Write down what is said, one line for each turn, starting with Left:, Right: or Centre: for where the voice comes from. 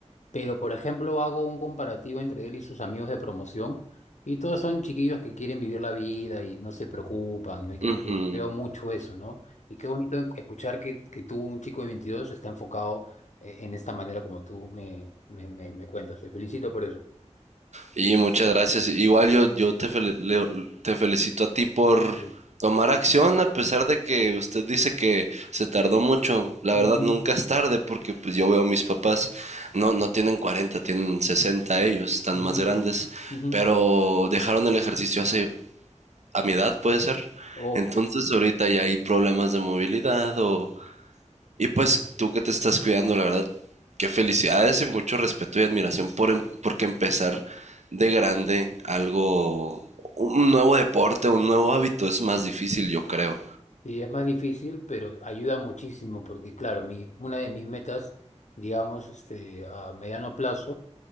Left: Pero, por ejemplo, hago un comparativo entre él y sus amigos de promoción y todos son chiquillos que quieren vivir la vida y no se preocupan, ¿no? Y creo
Right: Ujú.
Left: que veo mucho eso, ¿no? Y qué bonito en- escuchar que, que tú, un chico de veintidós está enfocado eh, en esta manera como tú me, me, me, me cuentas. Te felicito por eso.
Right: Y muchas gracias. Igual yo, yo te, fel- le- te felicito a ti por
Left: Sí.
Right: tomar acción a pesar de que usted dice que se tardó mucho. La
Left: Ujú,
Right: verdad nunca es tarde porque pues yo veo a mis papás, no, no tienen cuarenta tienen 60 ellos, están
Left: ujú,
Right: más grandes,
Left: ujú.
Right: pero dejaron el ejercicio hace, a mi edad puede ser.
Left: Oh,
Right: Entonces ahorita ya hay problemas de movilidad o
Left: sí,
Right: y pues tú que te estás cuidando, la verdad, qué felicidades y mucho respeto y admiración por em- porque empezar de grande algo, un nuevo deporte, un nuevo hábito es más difícil, yo creo.
Left: Sí, es más difícil, pero ayuda muchísimo porque, claro, mi, una de mis metas, digamos, este, a mediano plazo,